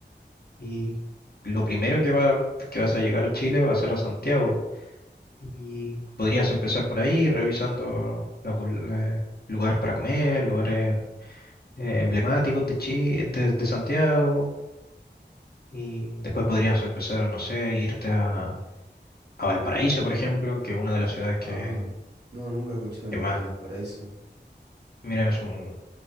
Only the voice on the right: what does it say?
Ah, no, nunca escuché hablar
de Paraíso.